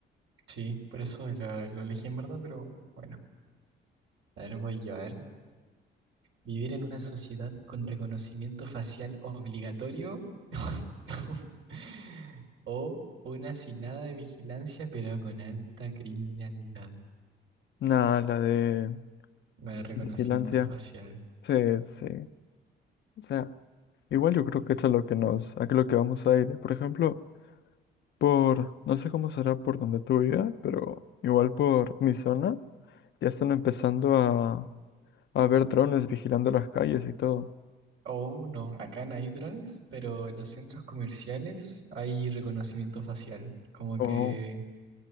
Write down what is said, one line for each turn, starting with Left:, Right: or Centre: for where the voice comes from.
Right: Sí, por eso lo, lo elegí en verdad, pero bueno, a ver, voy yo, a ver. Vivir en una sociedad con reconocimiento facial obligatorio <laughs> o una sin nada de vigilancia, pero con alta criminalidad.
Left: Nada, la de
Right: de reconocimiento
Left: vigilancia.
Right: facial.
Left: Sí, sí. O sea, igual yo creo que esto es lo que nos, a lo que vamos a ir. Por ejemplo, por, no sé cómo será por donde tú vivas, pero igual por mi zona, ya están empezando a, a ver drones vigilando las calles y todo.
Right: Oh, no, acá no hay drones, pero en los centros comerciales hay reconocimiento facial. Como que
Left: Oh,